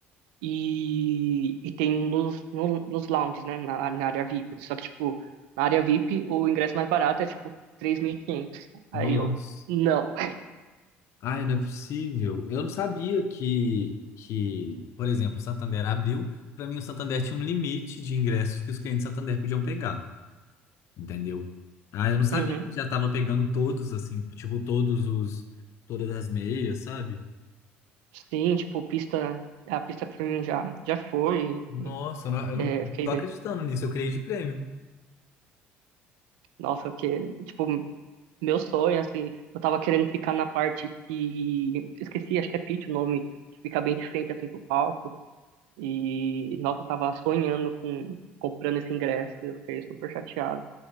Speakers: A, on the right; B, on the left.
A: E, e tem nos, no- nos lounges, né? Na, na área VIP. Só que, tipo, na área VIP, o ingresso mais barato é, tipo, três mil e quinhentos Aí
B: Nossa.
A: eu, não.
B: Ai, não é possível. Eu não sabia que, que, por exemplo, o Santander abriu. Pra mim, o Santander tinha um limite de ingressos que os clientes do Santander podiam pegar. entendeu? Ah, eu não sabia
A: Uhum.
B: que já tava pegando todos, assim, tipo, todos os, todas as meias, sabe?
A: Sim, tipo, pista, a pista premium já, já foi.
B: Nossa, eu não, eu
A: É,
B: não
A: fiquei
B: tô
A: bem
B: acreditando nisso, eu criei de prêmio.
A: Nossa, que, tipo, meu sonho, assim, eu tava querendo ficar na parte que, esqueci, acho que é pit o nome, que fica bem de frente, assim, pro palco, e, nossa, eu tava sonhando com, comprando esse ingresso, e eu fiquei super chateado.